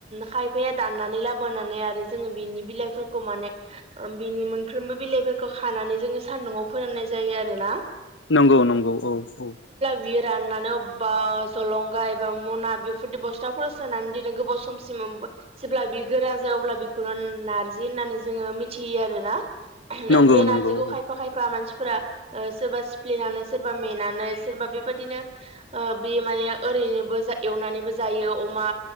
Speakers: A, on the right (about 35°); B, on the left (about 85°).
A: खायै जे दान्नानै लाबोनानै आरो जोङो बिनि बिलायफोरखौ माने बिनि मोन फ्रोमबो बिलाइफोरखौ खानानै जोङो सान्दुआव फोराननाय जायो आरो ना ।
B: नंगौ नंगौ औ औ ।
A: बियो राननानै अबबा जलंगा एबा मना बे फोरदि बस्थाफोराव सोनानै दिनै गोबाव समसिम जेब्ला बि गोरान जायो अब्ला बेखौनो नारजिन होननानै जोङो मिथियो आरोना ओ
B: नंगौ
A: बे नारजिखौ
B: नंगौ औ
A: खायफा खायफा मानसि फोरा ओ सोरबा सिफ्लेनानै सोरबा मेनानै सोरबा बेबायदिनो ओ बे माने ओरै नोबो एवनानैबो जायो अमा